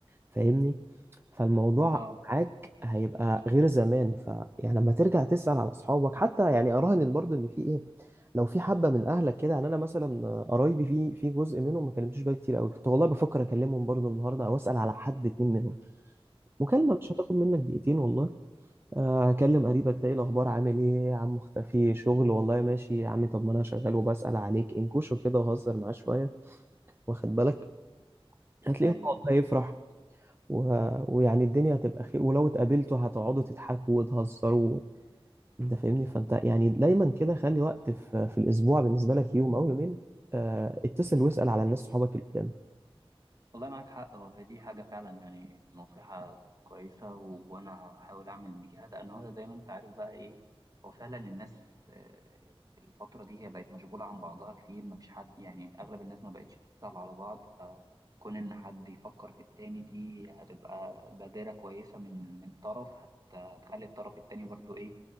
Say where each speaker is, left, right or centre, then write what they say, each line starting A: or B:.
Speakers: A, on the right; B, on the right.
A: فاهمني فالموضوع
B: اه
A: معاك هيبقى غير زمان فيعني لما ترجع تسأل على اصحابك حتى يعني اراهن برضو ان في ايه لو في حبه من اهلك كده يعني انا مثلا قرايبي في في جزء منهم ما كلمتوش بقى كتير قوي كنت والله بفكر اكلمهم برضو النهارده او اسال على حد اتنين منهم مكالمه مش هتاخد منك دقيقتين والله آه، هكلم قريبك ده ايه الاخبار عامل ايه يا عم مختفي شغل والله ماشي يا عمي طب ما انا شغال وبسال عليك انكوشه كده وهزر معاه شويه واخد بالك هتلاقيه
B: ايوه
A: هو والله يفرح و... ويعني الدنيا هتبقى خير ولو اتقابلتوا هتقعدوا تضحكوا وتهزروا انت فاهمني فانت يعني دايما كده خلي وقت في, في الاسبوع بالنسبه لك يوم او يومين آه اتصل واسال على الناس صحابك اللي قدام
B: والله معاك حق هو هي دي حاجه فعلا يعني نصيحه كويسه و... وانا هحاول اعمل بيها لان هو زي ما انت عارف بقى ايه هو فعلا الناس آه، الفتره دي هي بقت مشغوله عن بعضها كتير ما فيش حد يعني اغلب الناس ما بقتش بتسال على بعض فكون ان حد يفكر في التاني دي هتبقى بادره كويسه من من طرف هت... هتخلي الطرف التاني برضو ايه